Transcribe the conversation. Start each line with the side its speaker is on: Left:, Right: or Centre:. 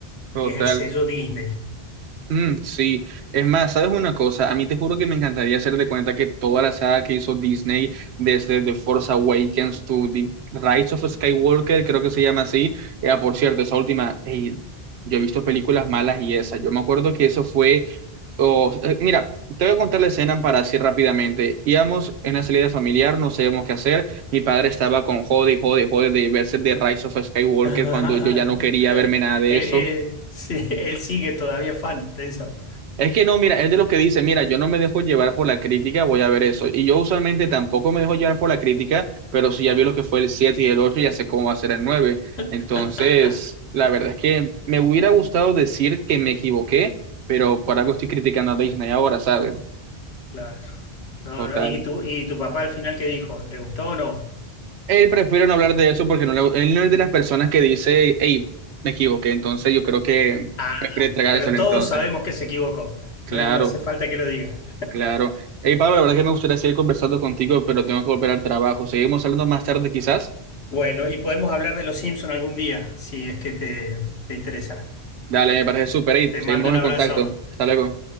Right: Total.
Left: Y es el sello Disney.
Right: Mm, sí, es más, ¿sabes una cosa? A mí te juro que me encantaría hacer de cuenta que toda la saga que hizo Disney, desde The Force Awakens to The Rise of Skywalker, creo que se llama así. Eh, ah, por cierto, esa última, ey, yo he visto películas malas y esa. Yo me acuerdo que eso fue. o- eh, mira, te voy a contar la escena para así rápidamente. Íbamos en una salida familiar, no sabíamos qué hacer. Mi padre estaba con jode, y jode, y jode de verse The Rise of Skywalker
Left: <laughs> Él,
Right: cuando yo ya no quería verme nada de
Left: él
Right: eso.
Left: sí, él sigue todavía fan de eso.
Right: Es que no, mira, es de los que dice, mira, yo no me dejo llevar por la crítica, voy a ver eso. Y yo usualmente tampoco me dejo llevar por la crítica, pero si ya vi lo que fue el 7 y el 8, ya sé cómo va a ser el 9.
Left: <laughs>
Right: Entonces, la verdad es que me hubiera gustado decir que me equivoqué, pero por algo estoy criticando a Disney ahora, ¿sabes?
Left: Claro. No,
Right: Total.
Left: no, ¿Y tu, y tu papá al final qué dijo? ¿Le gustó o no?
Right: Él prefiere no hablar de eso porque no le- él no es de las personas que dice, hey, me equivoqué. Entonces, yo creo que
Left: Ah,
Right: prefiere tragárselo
Left: pero todos
Right: entonces.
Left: sabemos que se equivocó.
Right: Claro.
Left: No, no hace falta que lo diga.
Right: Claro. Hey, Pablo, la verdad que me gustaría seguir conversando contigo, pero tengo que volver al trabajo. Seguimos hablando más tarde, quizás.
Left: Bueno, y podemos hablar de los Simpson algún día, si es que te, te interesa.
Right: Dale, me parece súper. Hey,
Left: Te
Right: seguimos
Left: mando un
Right: en
Left: abrazo.
Right: contacto. Hasta luego.